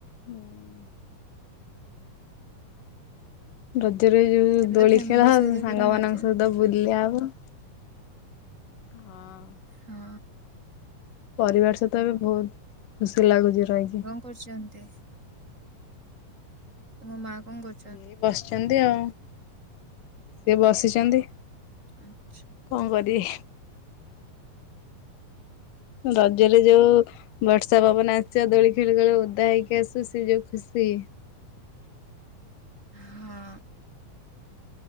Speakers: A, on the left; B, on the right.
A: ହୁଁ ଉଁ ରଜରେ ଯୋଉ
B: ଏବେ
A: ଦୋଳି
B: ତ ଫ୍ୟାମିଲି
A: ଖେଳ ହବ,
B: ସହିତ
A: ସାଙ୍ଗ
B: ପୁରା ମଜା
A: ମାନାନଙ୍କ ସହିତ ବୁଲିଆ ହବ। ହଁ।
B: ହଁ।
A: ପରିବାର ସହିତ ଏବେ ବହୁତ ଖୁସି ଲାଗୁଛି ରହିକି।
B: କରୁଚନ୍ତି ତମ ମାଁ କଣ କରୁ
A: ସିଏ ବସିଛନ୍ତି ଆଉ‌। ସିଏ ବସିଚନ୍ତି।
B: ଆଚ୍ଛା।
A: କଣ କରିବେ? ରଜରେ ଯୋଉ ବର୍ଷା ପବନ ଆସିବା ଦୋଳି ଖେଳୁ ଖେଳୁ ଓଦା ହେଇକି ଆସୁ ସେ ଯୋଉ ଖୁସି।
B: ହଁ।